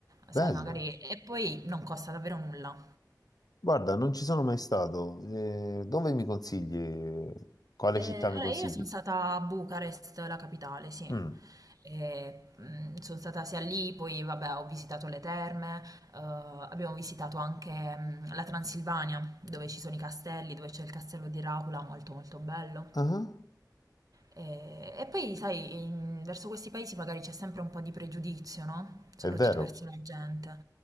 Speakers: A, on the right; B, on the left.
A: sai,
B: bello.
A: magari... E poi non costa davvero nulla.
B: Guarda, non ci sono mai stato. Eh, dove mi consigli? Quale
A: Eh,
B: città mi
A: allora,
B: consigli?
A: io sono stata a Bucarest, la capitale, sì.
B: Mm.
A: E, mm, sono stata sia lì, poi vabbè, ho visitato le terme, eh, abbiamo visitato anche mm, la Transilvania, dove ci sono i castelli, dove c'è il castello di Dracula, molto molto bello.
B: Ah,
A: E, e poi, sai, in- verso questi paesi magari c'è sempre un po' di pregiudizio, no? Soprattutto
B: è vero.
A: verso la gente.